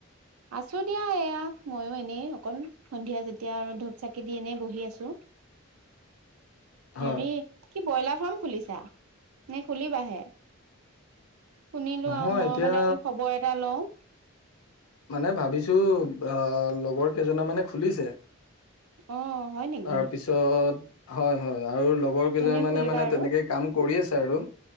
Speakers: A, on the right (about 85°); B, on the left (about 85°).
A: আছো দিয়া এয়া, ময়ো এনেই অকণ, সন্ধিয়া যেতিয়া আৰু ধূপ চাকি দি এনেই বহি আছো।
B: হয়
A: হেৰি কি ব্ৰইলাৰ ফ্ৰাম খুলিছা, নে খুলিবাহে? শুনিলো
B: নহয়
A: আৰু মই
B: এতিয়া
A: মানে বুলো খবৰ এটা লওঁ
B: মানে ভাবিছো, আহ লগৰ কেইজনা মানে খুলিছে
A: অ হয় নেকি।
B: তাৰপিছত হয় হয়। আৰু লগৰ কেইজনমানে,
A: তুমিও খুলিবা
B: মানে
A: আৰু
B: তেনেকে কাম কৰি আছে। আৰু